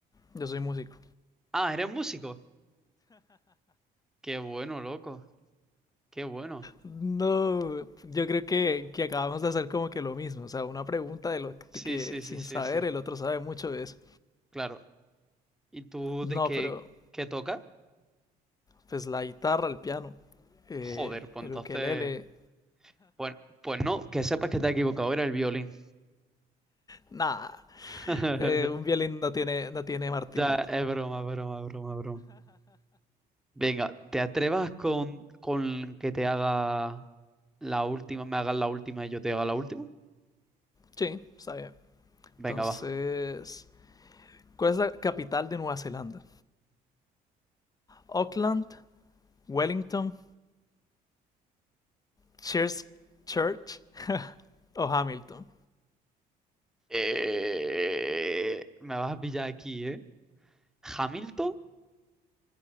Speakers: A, on the left; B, in the centre.
A: yo soy músico.
B: Ah, ¿eres músico? Qué bueno, loco. Qué bueno.
A: No, yo creo que, que acabamos de hacer como que lo mismo, o sea, una pregunta de lo
B: Sí,
A: de que
B: sí, sí,
A: sin
B: sí,
A: saber
B: sí.
A: el otro sabe mucho de eso.
B: Claro. ¿Y tú
A: No,
B: de qué,
A: pero
B: qué tocas?
A: pues la guitarra, el piano, eh,
B: Joder, pues
A: el
B: entonces...
A: ukelele,
B: Pues, pues no, que sepas que te has equivocado, era el violín.
A: nada,
B: <laughs>
A: eh, un violín no tiene, no tiene martillos.
B: Ya, es broma, broma, broma, broma. Venga, ¿te atrevas con, con que te haga la última, me hagas la última y yo te haga la última?
A: Sí, está bien.
B: Venga,
A: Entonces,
B: va.
A: ¿cuál es la capital de Nueva Zelanda? Auckland, Wellington, Christchurch <laughs> Church o Hamilton.
B: Eh, me vas a pillar aquí, ¿eh? Hamilton,